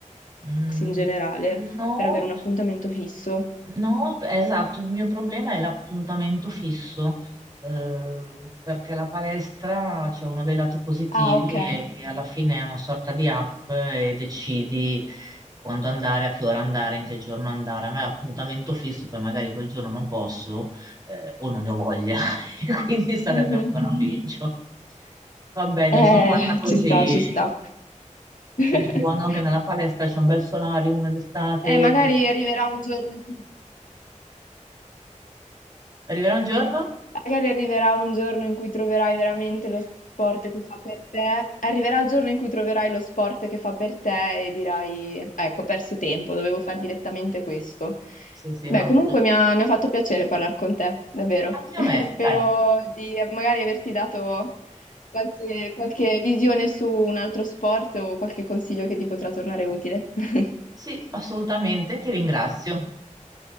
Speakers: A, on the right; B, on the left.
A: Mm,
B: in generale,
A: no.
B: per avere un appuntamento fisso?
A: No, p- esatto, il mio problema è l'appuntamento fisso, eh, perché la palestra c'è uno dei lati positivi
B: Ah, ok.
A: è che alla fine è una sorta di app e decidi quando andare, a che ora andare, in che giorno andare. A me l'appuntamento fisso, poi magari quel giorno non posso, eh, o non ne ho voglia, <laughs> e quindi sarebbe
B: Mhm.
A: ancora peggio. Vabbè, dai,
B: Eh,
A: sono fatta così.
B: ci sta, ci sta. <laughs>
A: C'è di buono che nella palestra c'è un bel solarium d'estate.
B: Eh, magari arriverà un giorno in cui,
A: Arriverà un giorno?
B: magari arriverà un giorno in cui troverai veramente lo sport che fa per te. Arriverà il giorno in cui troverai lo sport che fa per te e dirai, ecco, ho perso tempo, dovevo fare direttamente questo.
A: Sì, sì,
B: Beh,
A: ma
B: comunque mi ha, mi ha fatto piacere parlare con te, davvero.
A: anche
B: <laughs>
A: a me, dai.
B: Spero di magari averti dato qualche, qualche visione su un altro sport o qualche consiglio che ti potrà tornare utile. <laughs>
A: Sì, assolutamente, ti ringrazio.